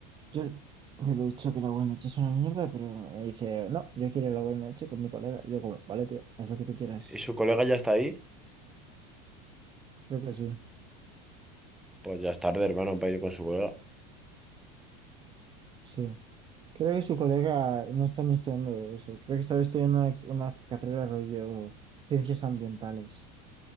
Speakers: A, on the right (about 25°); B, in the centre.
A: Yo le he dicho que la UMH es una mierda, pero me dice, no, yo quiero ir a la UMH con mi colega. Y yo como, vale, tío, haz lo que tú quieras.
B: y su colega ya está ahí,
A: Creo que sí,
B: pues ya es tarde, hermano, para ir con su colega.
A: sí. Creo que su colega no está ni estudiando eso. Creo que estaba estudiando una, una carrera rollo ciencias ambientales.